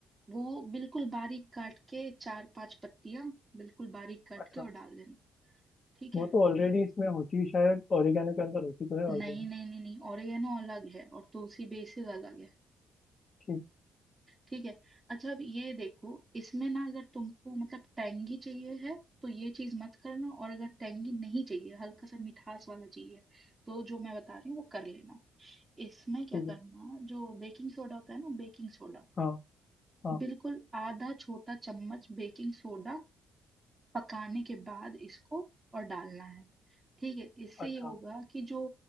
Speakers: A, on the right; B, on the left.
A: वो बिल्कुल बारीक काट के चार पांच पत्तियां बिल्कुल बारीक काट
B: अच्छा
A: के और डाल देना ठीक
B: वो
A: है
B: तो ऑलरेडी इसमें होती है शायद ओरिगेनो के अंदर होती तो है ऑलरेडी
A: नहीं नहीं नहीं नहीं ओरिगेनो अलग है और तुलसी बेसिल अलग है
B: ठीक
A: ठीक है अच्छा अब ये देखो इसमें ना अगर तुमको मतलब टेंगी चाहिए है तो ये चीज मत करना और अगर टेंगी नहीं चाहिए हल्का सा मिठास वाला चाहिए तो जो मैं बता रही हूँ वो कर लेना इसमें क्या
B: ठीक है
A: करना जो बेकिंग सोडा होता है ना बेकिंग सोडा
B: हाँ हाँ
A: बिल्कुल आधा छोटा चम्मच बेकिंग सोडा पकाने के बाद इसको और डालना है ठीक है इससे
B: अच्छा
A: ये होगा कि जो